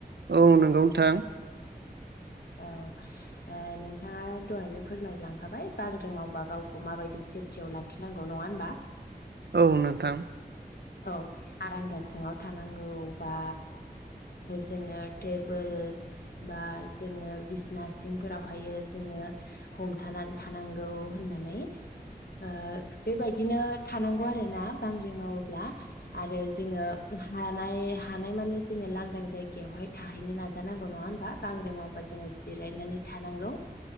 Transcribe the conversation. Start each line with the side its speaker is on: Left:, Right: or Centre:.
Right: औ नंगौ नोंथां।
Left: औ ओ नोंथाङा दहायनो फोरमायलांखाबाय बांग्रों मावबा गावखौ माबायदि सेफ खिथियाव लाखिनांगौ नङा होनोमबा
Right: औ नोंथां।
Left: औ आरांगा सिङाव थानांगौ बा जोङो टेबोल बा जोङो बिसना सिंफोरावहायो जोङो हमथाना थानांगौ होननानै ओ बेबायदिनो थानांगौ आरोोना बांग्रि मावोब्ला आरो जोङो हानाय हानाय मानि जोङो लांदां जायगायावहाय थाहैनो नाजानांगौ नङा होनबा बांग्रि जोङो जिरायनानै थानांगौ।